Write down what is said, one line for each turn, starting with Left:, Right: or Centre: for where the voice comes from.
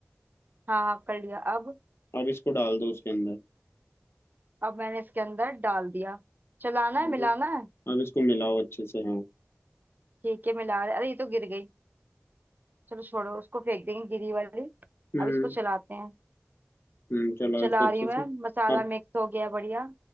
Right: हाँ हाँ कर लिया अब
Left: अब इसको डाल दो उसके अंदर
Right: अब मैंने इसके अंदर डाल दिया चलाना है
Left: डाल
Right: मिलाना
Left: दो
Right: है
Left: अब इसको मिलाओ अच्छे से हाँ
Right: ठीक है मिला रहे अरे ये तो गिर गई चलो छोड़ो उसको फेंक देंगे गिरी वाली
Left: हम्म
Right: अब इसको चलाते हैं
Left: हम्म चलाओ
Right: चला
Left: इसको अच्छे
Right: रही हूँ
Left: से
Right: मैं मसाला
Left: अब
Right: मिक्स हो गया बढ़िया